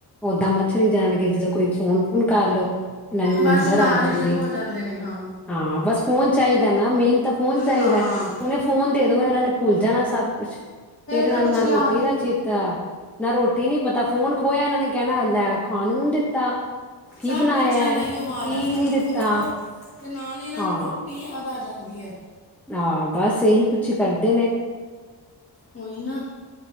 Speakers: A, in the centre; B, on the left (about 30°).
A: ਓਦਾਂ ਮੱਛਰੀ ਜਾਣਗੇ ਜਦੋਂ ਕੋਈ ਫੋਨ ਫੋਨ ਕਰ ਲੋੋ ਇਹਨਾਂ ਨੂੰ ਨੀਂਦਰ
B: ਬਸ ਨਾਲ
A: ਆ ਜਾਂਦੀ।
B: ਹੀ ਸ਼ੁਰੂ ਹੋ ਜਾਂਦੇ ਨੇ ਹਾਂ
A: ਹਾਂ ਬਸ ਫੋਨ ਚਾਹੀਦਾ ਨਾ ਮੇਨ ਤਾਂ ਫੋਨ ਚਾਹੀਦਾ
B: ਹਾਂ
A: ਹੁਨੇ ਫੋਨ ਦੇ ਦੋ ਇਹਨਾਂ ਨੇ ਭੁੱਲ ਜਾਣਾ ਸਭ ਕੁਛ ਫੇਰ ਇਹਨਾਂ
B: ਤਾਂ ਕੁਛ
A: ਨੂੰ ਨਾ
B: ਯਾਦ
A: ਰੋਟੀ
B: ਹੀ
A: ਨਾ
B: ਨਹੀਂ
A: ਚੇਤੀ ਤਾਂ ਨਾ ਰੋਟੀ ਨੀ ਪਤਾ ਫੋਨ ਖੋਇਆ ਇਹਨਾਂ ਨੇ ਕਹਿਣਾ ਲੈ ਖਾਣ ਨੂੰ ਨੀ ਦਿੱਤਾ। ਕੀ
B: ਸਭ
A: ਬਣਾਇਆ
B: ਬੱਚਿਆਂ
A: ਹੈ,
B: ਦਾ ਉਹੀ ਓ ਹਾਲ
A: ਕੀ
B: ਹੈ ਫ਼ੋਨ
A: ਨੀ ਦਿੱਤਾ
B: ਖੋਲ੍ਹੋ ਤੇ ਨਾਲ ਹੀ ਇਹਨਾਂ
A: ਹਾਂ
B: ਨੂੰ ਰੋਟੀ ਯਾਦ ਆ ਜਾਂਦੀ ਹੈ।
A: ਹਾਂ ਬਸ ਇਹੀ ਕੁਛ ਕਰਦੇ ਨੇ।
B: ਉਹੀ ਨਾ